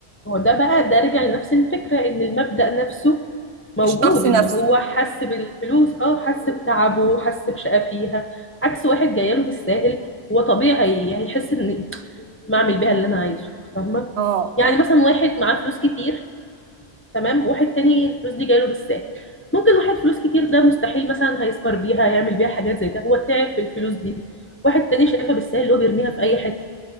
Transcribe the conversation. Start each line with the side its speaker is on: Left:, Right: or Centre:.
Left: هو ده بقى ده رجع لنفس الفكرة ان المبدأ نفسه موجود
Right: الشخص نفسه
Left: ان هو حس بالفلوس اه حس بتعبه حس بشقى فيها عكس واحد جايله بالساهل هو طبيعي هيحس ان ما اعمل بيها اللي انا عايزه فاهمه
Right: اه
Left: يعني
Right: اه
Left: مثلا واحد معاه فلوس كتير تمام وواحد تاني الفلوس دي جايله بالساهل ممكن واحد فلوس كتير ده مستحيل مثلا هيسكر بيها يعمل بيها حاجات زي ده هو تعب في الفلوس دي واحد تاني شايفها بالساهل اللي هو بيرميها في اي حته